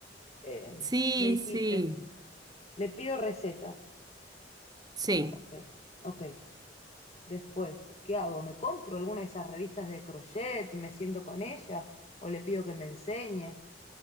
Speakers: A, on the left (about 35°); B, on the right (about 20°).
A: Eh,
B: Sí,
A: me dijiste,
B: sí,
A: le pido recetas.
B: sí.
A: Ok, ok. Después, ¿qué hago? ¿Me compro alguna de esas revistas de crochet y me siento con ella? ¿O le pido que me enseñe?